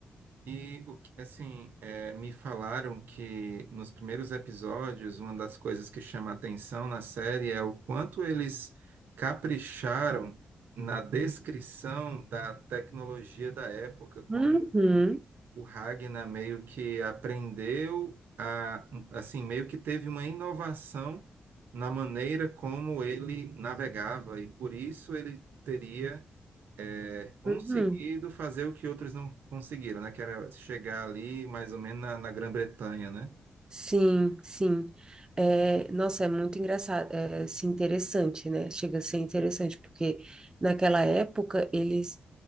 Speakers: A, on the right; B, on the right.
A: E o que- assim, é, me falaram que nos primeiros episódios, uma das coisas que chama atenção na série é o quanto eles capricharam na descrição da tecnologia da época, como
B: Uhum.
A: o, o Ragnar meio que aprendeu a, assim, meio que teve uma inovação na maneira como ele navegava, e por isso ele teria Uhum. conseguido
B: Uhum.
A: fazer o que outros não conseguiram, né? Que era chegar ali mais ou menos na, na Grã-Bretanha, né?
B: Sim, sim. É, nossa, é muito engraçado, é, assim, interessante, né? Chega a ser interessante, porque naquela época eles,